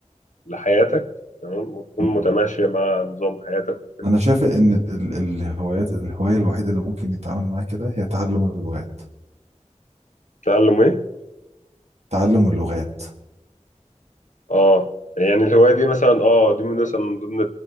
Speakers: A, on the left; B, on the right.
A: لحياتك تمام وتكون
B: مم.
A: متماشيه مع نظام حياتك وكده
B: انا شايف ان ال- ال- الهوايات الهوايه الوحيده اللي ممكن يتعامل معاها كده هي تعلم اللغات
A: تعلم ايه
B: تعلم اللغات
A: اه يعني الهوايه دي مثلا اه دي من مثلا من ضمن